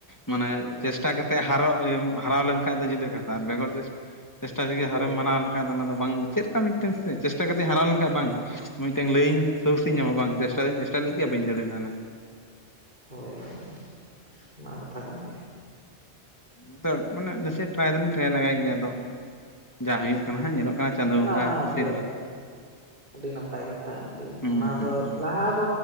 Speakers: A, on the left; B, on the right.
A: ᱢᱟᱱᱮ
B: ᱦᱳᱭ
A: ᱪᱮᱥᱴᱟ ᱠᱟᱛᱮᱫ ᱦᱟᱨᱚᱜ ᱤᱭᱟᱹ ᱦᱟᱨᱟᱣ ᱞᱮᱱ ᱠᱷᱟᱱ ᱫᱚ ᱡᱩᱫᱟᱹ ᱠᱟᱛᱷᱟ ᱟᱨ ᱵᱮᱜᱚᱨ ᱪᱮᱥᱴᱟ ᱪᱮᱥᱴᱟ ᱡᱩᱫᱤ
B: ᱦᱳᱭ
A: ᱦᱟᱨᱮᱢ ᱢᱟᱱᱟᱣ ᱞᱮᱠᱷᱟᱱ ᱫᱚ ᱚᱱᱟ ᱫᱚ ᱵᱟᱝ, ᱪᱮᱫ ᱞᱮᱠᱟ ᱢᱤᱫᱴᱟᱝ ᱪᱮᱥᱴᱟ ᱠᱟᱛᱮᱫ ᱦᱟᱨᱟᱣ ᱞᱮᱱᱠᱷᱟᱱ ᱵᱟᱝ᱾ ᱢᱤᱫᱴᱟᱹᱝ ᱞᱟᱹᱭᱤᱧ ᱥᱳᱨᱥᱤᱧ ᱧᱟᱢᱟ ᱵᱟᱝ, ᱪᱮᱥᱴᱟ ᱫᱚᱧ ᱪᱮᱥᱴᱟ ᱞᱮᱫ ᱜᱮᱭᱟ ᱵᱟᱹᱧ ᱫᱟᱲᱮ ᱞᱮᱱᱟ᱾
B: ᱦᱚᱭ ᱦᱚᱭ ᱚᱱᱟ ᱦᱚᱸ ᱠᱟᱛᱷᱟ ᱠᱟᱱ ᱜᱮᱭᱟ᱾
A: ᱱᱤᱛᱚᱜ ᱢᱟᱱᱮ ᱱᱟᱥᱮ ᱴᱨᱟᱭ ᱫᱚᱞᱤᱧ ᱴᱨᱟᱭ ᱞᱟᱜᱟᱭ ᱜᱮᱭᱟ ᱟᱫᱚᱼᱼ ᱡᱟ
B: ᱟᱪᱪᱷᱟ
A: ᱦᱩᱭᱩᱜ ᱠᱟᱱᱟ ᱦᱟᱸᱜ ᱧᱮᱞᱚᱜ ᱠᱟᱱᱟ ᱪᱟᱸᱫᱳ
B: ᱟᱪᱪᱷᱟ
A: ᱵᱚᱸᱜᱟ
B: ᱚᱱᱟ ᱟᱹᱰᱤ
A: ᱟᱥᱤᱨᱵᱟᱫᱽᱼᱼ
B: ᱟᱹᱰᱤ ᱱᱟᱯᱟᱭ ᱠᱟᱛᱷᱟ ᱟᱹᱰᱤ
A: ᱦᱩᱸ
B: ᱚᱱᱟ
A: ᱦᱩᱸ
B: ᱫᱚ ᱞᱟᱦᱟ ᱫᱚ